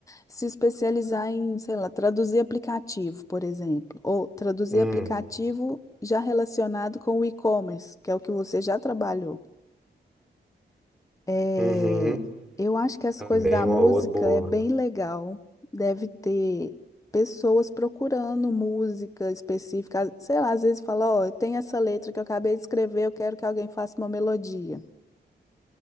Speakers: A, on the left; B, in the centre.
A: se especializar em, sei lá, traduzir aplicativo, por exemplo, ou traduzir
B: Hum,
A: aplicativo já relacionado com o e-commerce, que é o que você já trabalhou. É,
B: uhum.
A: eu acho que as
B: Também
A: coisas da
B: uma
A: música
B: outra. boa.
A: é bem legal. Deve ter pessoas procurando música específica. Sei lá, às vezes fala, ó, eu tenho essa letra que eu acabei de escrever, eu quero que alguém faça uma melodia.